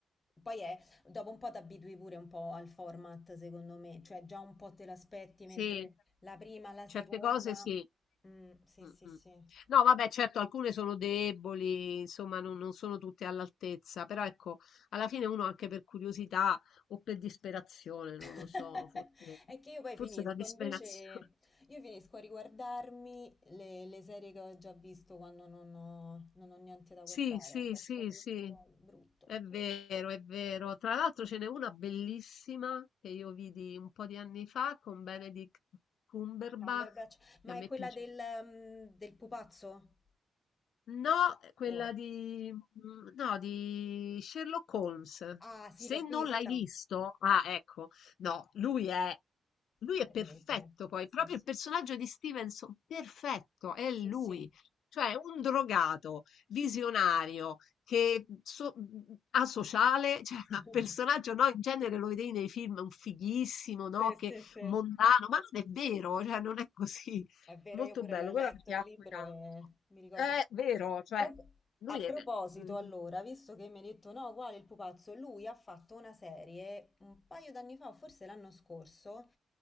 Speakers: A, on the left; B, on the left.
A: Poi è, dopo un po' ti abitui pure un po' al format, secondo me, cioè già un po' te l'aspetti,
B: Sì,
A: mentre la prima, la
B: certe
A: seconda...
B: cose sì.
A: Mm, sì,
B: Mh,
A: sì, sì.
B: mh. No, vabbè, certo, alcune sono deboli, insomma, non, non sono tutte all'altezza, però ecco, alla fine uno anche per curiosità o per disperazione,
A: <laughs>
B: non lo so, forse,
A: È che io poi
B: forse
A: finisco,
B: da disperazione.
A: invece
B: <laughs>
A: io finisco a riguardarmi le, le serie che ho già visto quando non ho, non ho niente da
B: Sì,
A: guardare.
B: sì,
A: C'ho
B: sì,
A: sto vizio
B: sì,
A: brutto,
B: è vero,
A: forse.
B: è vero. Tra l'altro ce n'è una bellissima che io vidi un po' di anni fa con Benedict Cumberbatch,
A: Cumberbatch,
B: che
A: ma
B: a me
A: è quella
B: piace.
A: del, mm, del pupazzo?
B: No, eh, quella
A: Oh.
B: di, mm, no, di Sherlock Holmes.
A: Ah, sì,
B: Se
A: l'ho
B: non
A: vista.
B: l'hai visto, ah, ecco, no, lui è, lui
A: Incredibile.
B: è perfetto poi,
A: Sì,
B: proprio
A: sì.
B: il personaggio di Stevenson, perfetto, è
A: Sì,
B: lui.
A: sì.
B: Cioè, un drogato, visionario, che mm, so- mm, asociale, cioè, <laughs>
A: <laughs>
B: un personaggio, no, in genere lo vedevi nei film, un fighissimo, no,
A: Sì, sì,
B: che
A: sì.
B: mondano, ma non è vero, cioè, non è così.
A: È vero,
B: Molto
A: io pure
B: bello,
A: l'ho letto
B: quella mi piacque
A: il libro
B: tanto.
A: e mi ricordo.
B: Eh, vero, cioè
A: Comunque,
B: lui
A: A proposito,
B: è mh-mh.
A: allora, visto che mi hai detto no, quale il pupazzo, lui ha fatto una serie un paio d'anni fa, o forse l'anno scorso,